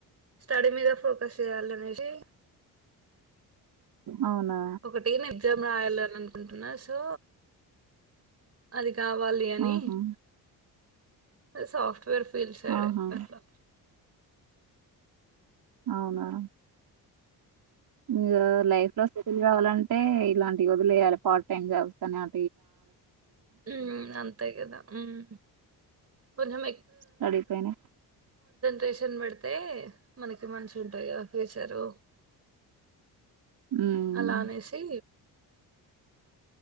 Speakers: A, on the right; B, on the right.
A: స్టడీ మీద ఫోకస్ చేయాల అనేసి
B: అవునా
A: ఒకటి నేను ఎగ్జామ్ రాయాలి అని అనుకుంటున్నా సో అది కావాలి అని
B: ఆహా
A: అ సాఫ్ట్వేర్ ఫీల్డ్ సైడే
B: ఆహా
A: అట్లా
B: అవునా ఇంగా లైఫ్ స్థితులు కావాలంటే ఇలాంటి వదిలేయాలి పార్ట్ టైమ్ చేస్ని అ
A: మ్మ్ అంతా గదా ఉమ్ కొంచెం
B: స్టడీ పైనే
A: రెస్ట్ క్షని పెడితే మనకి మంచి ఉంటాయి ఫ్యూచరు
B: ఉమ్
A: అల అనేసి